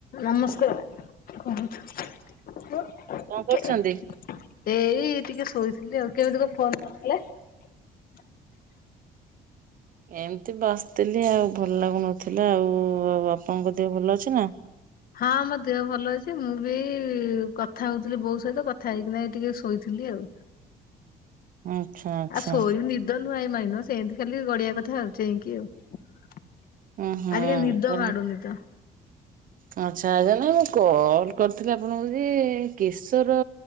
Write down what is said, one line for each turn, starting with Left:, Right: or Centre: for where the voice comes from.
Left: ନମସ୍କାର। <unintelligible>
Right: କଣ କରୁଛନ୍ତି?
Left: କେ ଏଇ ଟିକେ ଶୋଇଥିଲି ଆଉ କେମିତି କ ଫୋନ କରିଥିଲେ? <inaudible>
Right: ଏମିତି ବସିଥିଲି ଆଉ ଭଲ ଲାଗୁନଥିଲା ଆଉ। ଆପଣଙ୍କ ଦେହ ଭଲ ଅଛି ନା?
Left: ହଁ ମୋ ଦେହ ଭଲ ଅଛି। ଏ ମୁଁ ବି କଥା ହଉଥିଲି ବୋଉ ସହିତ କଥା ହେଇକିନାହିକି ଟିକେ ଶୋଇଥିଲି ଆଉ।
Right: ଆଚ୍ଛା ଆଚ୍ଛା
Left: ଆ ଶୋଇନି ନିଦ ନୁହଁ ମ ସେମିତି ଖାଲି ଗଡିଆ କଥା ଚେଇଁ କି ଆଉ।
Right: ହଁ ହଁ
Left: ଆଜିକା ନିଦ
Right: ତାଲେ
Left: ମାଡୁନି ତ
Right: ଆ ଆଚ୍ଛା ଆଛା ନା କଲ କରିଥିଲା ଆପଣଙ୍କୁ ଯେ କେଶର